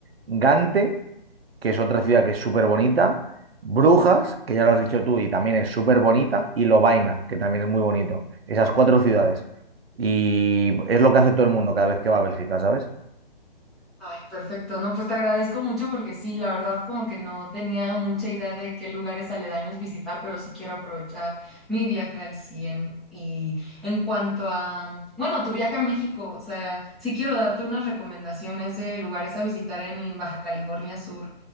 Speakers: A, on the right; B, in the centre.
A: Gante que es otra ciudad que es súper bonita, Brujas, que ya lo has dicho tú y también es súper bonita, y Lovaina, que también es muy bonito. Esas cuatro ciudades. Y es lo que hace todo el mundo cada vez que va a Bélgica, ¿sabes?
B: Ay, perfecto. No, pues te agradezco mucho porque sí, la verdad como que no tenía mucha idea de qué lugares aledaños visitar, pero sí quiero aprovechar mi viaje al 100. Y en cuanto a, bueno, tu viaje a México, o sea, sí quiero darte unas recomendaciones de lugares a visitar en Baja California Sur.